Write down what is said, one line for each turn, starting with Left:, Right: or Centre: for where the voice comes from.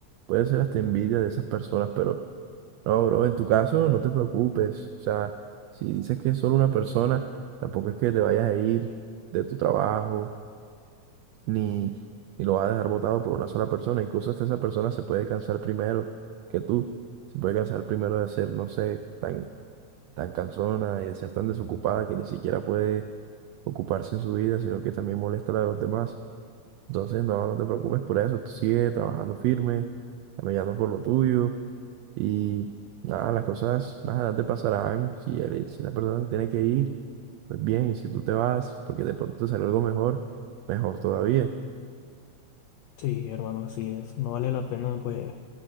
Right: puede ser hasta envidia de esas personas, pero no, bro, en tu caso no te preocupes, o sea, si dices que es solo una persona, tampoco es que te vayas a ir de tu trabajo ni, ni lo vas a dejar votado por una sola persona. Incluso hasta esa persona se puede cansar primero que tú. Se puede cansar primero de ser, no sé, tan, tan cansona y de ser tan desocupada que ni siquiera puede ocuparse en su vida, sino que también molesta a la de los demás. Entonces, no, no te preocupes por eso. Tú sigue trabajando firme, caminando por lo tuyo y nada, las cosas más adelante pasarán. Si, el- si la persona se tiene que ir, pues bien, y si tú te vas, porque de pronto te salió algo mejor, mejor todavía.
Left: Sí, hermano, así es. No vale la pena pues